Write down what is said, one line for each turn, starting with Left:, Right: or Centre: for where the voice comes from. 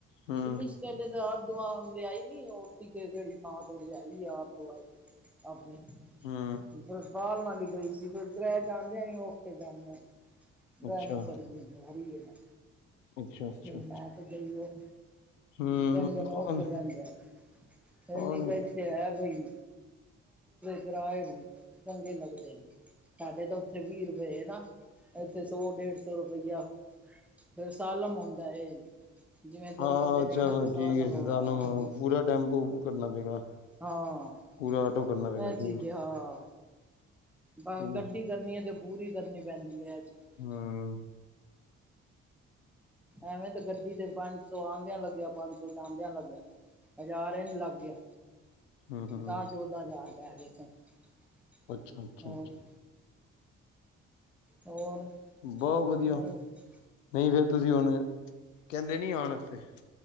Left: ਹੂੰ
Centre: ਕਮਿਸ਼ਟਰੱਲ ਦਾ ਦਵਾ ਲਿਆਈ ਨੀ, ਉਹ ਟੀਕੇ ਜਹੜੀ ਥਾਂ ਤੋਂ ਲਿਆਈ ਆ ਆਪ ਦਵਾਈ ਆਪਣੇ
Left: ਹੂੰ।
Centre: ਬਭਾਲ ਨਾਲੀ ਗਈ ਸੀ, <unintelligible> ਫਿਰ ਉਧਰਹਿ ਜਾਂਣਦੇਿਆਂ ਉੱਥੇ ਜਾਂਦੇ ਆ। ਬੈ
Left: ਅੱਛਾ
Centre: ਨੀ ਸਕਦੀ, ਭਾਰੀ ਏ ਨਾ।
Left: ਅੱਛਾ ਅੱਛਾ
Centre: ਜਈ, ਮੈਂ ਤੇ ਜਈ ਉਹ,
Left: ਹੂੰ
Centre: ਤਿੰਨ ਦਿਨ
Left: ਕੌਣ
Centre: ਔਖ ਬੇਂਦਾ। ਫਨੀ,
Left: ਕੌਣ
Centre: ਤਾਂ
Left: ਹੂੰ
Centre: ਇੱਥੇ ਹੈ ਪਈ। ਕਰਾਏ ਵੀ ਚੰਗੇ ਲੱਗਦੇ ਨੇ, ਸਾਡੇ ਤਾਂ ਉੱਥੇ ਵੀਹ ਰੁਪਏ ਨਾ। ਇੱਥੇ ਸੌ ਡੇਢ ਸੌ ਰੁਪਈਆ, ਫੇਿਰ ਸਾਲਮ ਆਉਂਦਾ। ਜਿਵੇਂ ਦੋ
Left: ਹਾਂ
Centre: ਬੰਦੇ
Left: ਅੱਛਾ
Centre: ਜਾਣੇ, ਤੇ ਸਾਲਮ
Left: ਠੀਕ ਹੈ
Centre: ਆ
Left: ਦਾਨਵ
Centre: ਓਈ।
Left: ਪੂਰਾ ਟੈਂਪੂ ਕਰਨਾ ਪਏਗਾ
Centre: ਹਾਂ।
Left: ਪੂਰਾ ਆਟੋ ਕਰਨਾ ਪਏਗਾ
Centre: ਇਹ
Left: ਠੀਕ
Centre: ਚੀਜ਼ ਏ, ਹਾਂ। ਹਾਂ
Left: ਹੂੰ
Centre: ਗੱਡੀ ਕਰਨੀ ਹੈ, ਤੇ ਪੂਰੀ ਕਰਨੀ ਪੈਂਦੀ ਹੈ ਇਹ ਚੀਜ਼।
Left: ਹਾਂ।
Centre: ਐਵੇਂ ਤੇ ਗੱਡੀ ਤੇ ਪੰਜ ਸੌ ਆਉਂਦਿਆਂ ਲੱਗਿਆ, ਪੰਜ ਸੌ ਜਾਂਦਿਆਂ ਲੱਗਿਆ। ਹਜ਼ਾਰ ਇੰਝ ਲੱਗ ਗਿਆ,
Left: ਹੂੰ
Centre: ਦਾ- ਚੌਦਾਂ ਹਜ਼ਾਰ ਪੈ ਗਏ ਸਨ। <unintelligible>
Left: ਅੱਛਾ ਅੱਛਾ
Centre: ਹੋਰ ਹੋਰ,
Left: ਬਹੁਤ ਵਧੀਆ
Centre: ਬਸ।
Left: ਨਹੀਂ ਫੇਰ ਤੁਸੀਂ ਹੁਣ, ਕਹਿੰਦੇ ਨੀ ਆਉਣ ਵਾਸਤੇ।